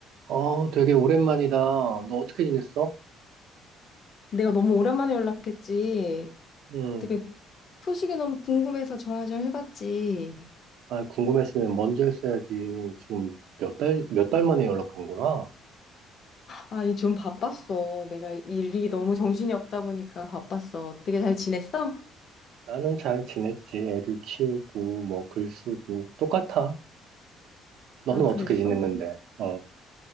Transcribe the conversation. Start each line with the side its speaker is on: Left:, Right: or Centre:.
Right: 어, 되게 오랜만이다. 너 어떻게 지냈어?
Left: 내가 너무 오랜만에 연락했지.
Right: 응.
Left: 되게 소식이 너무 궁금해서 전화 좀 해봤지.
Right: 아, 궁금했으면 먼저 했어야지. 지금 몇 달, 몇 달 만에 연락한 거야?
Left: 아, 이좀 바빴어. 내가 일이 너무 정신이 없다 보니까 바빴어. 되게 잘 지냈어?
Right: 나는 잘 지냈지. 애들 키우고, 뭐, 글 쓰고. 똑같아. 너는
Left: 아, 그랬어?
Right: 어떻게 지냈는데? 어,